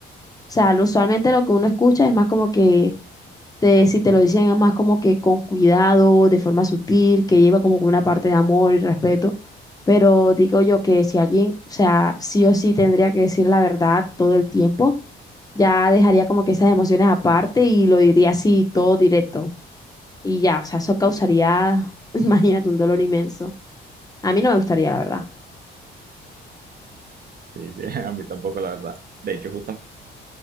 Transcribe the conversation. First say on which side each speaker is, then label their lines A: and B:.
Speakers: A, on the left; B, on the right.
A: o sea, lo- usualmente lo que uno escucha es más como que, te- si te lo dicen es más como que con cuidado, de forma sutil, que lleva como una parte de amor y respeto. Pero digo yo que si alguien, o sea, sí o sí tendría que decir la verdad todo el tiempo, ya dejaría como que esas emociones aparte y lo diría así todo directo. Y ya, o sea, eso causaría, <laughs> imagínate, un dolor inmenso. A mí no me gustaría, la verdad.
B: sí, sí, <laughs> a mí tampoco la verdad. De hecho, justamente